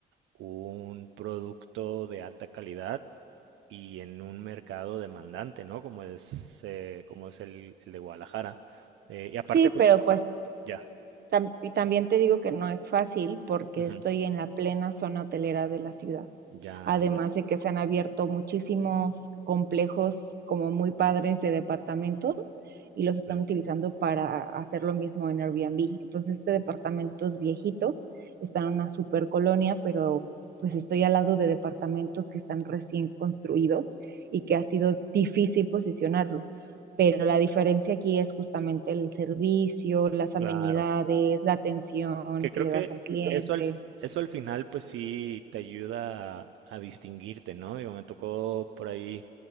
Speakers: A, on the right; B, on the right.
A: un producto de alta calidad y en un mercado demandante, ¿no? Como es, eh, como es el, el de Guadalajara. Eh, y aparte,
B: sí,
A: pues
B: pero pues
A: ya,
B: Tam- y también te digo que no es fácil porque
A: ujú,
B: estoy en la plena zona hotelera de la ciudad.
A: ya,
B: Además
A: ya,
B: de que se han abierto muchísimos complejos como muy padres de departamentos y los
A: sí,
B: están utilizando para hacer lo mismo en Airbnb. Entonces, este departamento es viejito, está en una super colonia, pero pues estoy al lado de departamentos que están recién construidos y que ha sido difícil posicionarlo pero la diferencia aquí es justamente el servicio, las
A: claro.
B: amenidades, la atención
A: Que
B: que
A: creo
B: le
A: que
B: das al cliente.
A: eso al, eso al final, pues sí, te ayuda a, a distinguirte, ¿no? Digo, me tocó por ahí